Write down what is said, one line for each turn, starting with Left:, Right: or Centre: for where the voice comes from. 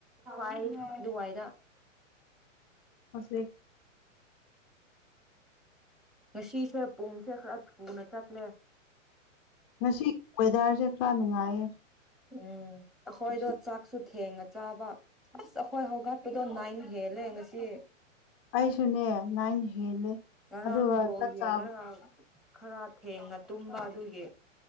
Centre: ꯍꯏ ꯑꯗꯨꯋꯥꯏꯗ
Left: ꯁꯗ
Centre: ꯉꯁꯤꯁꯦ ꯄꯨꯡꯁꯦ ꯈꯔ ꯊꯨꯅ ꯆꯠꯂꯦ
Left: ꯉꯁꯤ ꯋꯦꯗꯔꯁꯦ ꯈꯔ ꯅꯨꯡꯉꯥꯏꯌꯦ <inaudible>
Centre: ꯎꯝ ꯑꯈꯣꯏꯗꯣ
Left: ꯁꯤ
Centre: ꯆꯥꯛꯁꯨ ꯊꯦꯡꯉ ꯆꯥꯕ ꯑꯁ ꯑꯩꯈꯣꯏ ꯍꯧꯒꯠꯄꯗꯣ ꯅꯥꯏꯟ ꯍꯦꯜꯂꯦ ꯉꯁꯤ
Left: ꯑꯩꯁꯨꯅꯦ ꯅꯥꯏꯟ ꯍꯦꯜꯂꯦ
Centre: ꯉꯔꯥꯡ
Left: ꯑꯗꯨꯒ
Centre: ꯕꯣꯜ
Left: ꯆꯥꯛ
Centre: ꯌꯦꯡꯔꯒ
Left: ꯆꯥꯕꯗꯣ
Centre: ꯈꯔ ꯊꯦꯡꯉ ꯇꯨꯝꯕ ꯑꯗꯨꯒꯤ